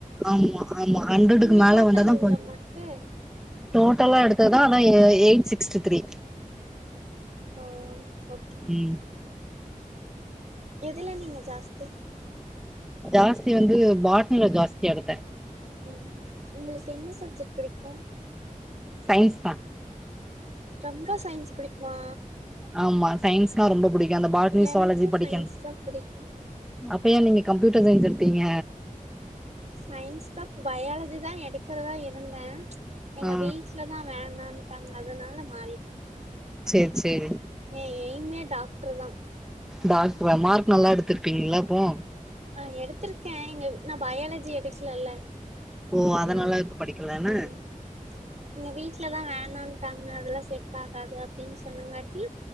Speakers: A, in the centre; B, on the right (about 50°).
A: ஆமா ஆமா ஹண்ட்ரட்டுக்கு
B: நீங்க
A: மேல
B: டோட்டல்
A: வந்தாதா
B: எவ்ளோ
A: கொஞ்சு
B: மார்க்கு
A: டோட்டலா எடுத்தாதா அதா எயிட் சிக்ஸ்டி த்ரீ
B: ஓ ஓகே
A: உம்
B: எதுல நீங்க ஜாஸ்தி
A: ஜாஸ்தி வந்து பாட்னில ஜாஸ்தியா எடுத்தேன்
B: ம் உங்களுக்கு என்ன சப்ஜெக்ட் பிடிக்கும்
A: சயின்ஸ் தான்
B: ரொம்ப சயின்ஸ் பிடிக்குமா
A: ஆமா சயின்ஸ்னா ரொம்ப பிடிக்கும் அந்த பாட்னி
B: எனக்கு
A: சுவாலஜி படிக்கன்
B: சயின்ஸ் தா பிடிக்கு
A: அப்ப யென் நீங்க கம்ப்யூட்டர் சயின்ஸ் எடுத்தீங்க
B: சயின்ஸ் தான் பயாலஜி தான் எடுக்கிறதா இருந்தன் எங்க
A: ஆ
B: வீட்டு வீட்ல தான் வேணான்டாங்க அதனால மாறிட்டே
A: செர் செரி
B: ஏன் எய்மே டாக்டர் தான்
A: டாக்டரா மார்க் நல்லா எடுத்திருப்பீங்கள அப்போ
B: அ எடுத்திருக்கேன் எங்க நான் பயாலஜி எடுக்கலல்ல
A: ஓ
B: அதனால
A: இப்ப படிக்கலன்னு
B: ம் எங்க வீட்லதான் வேணான்ட்டாங்க அதெல்லாம் செட் ஆகாது அப்டின்னு சொன்னங்காட்டி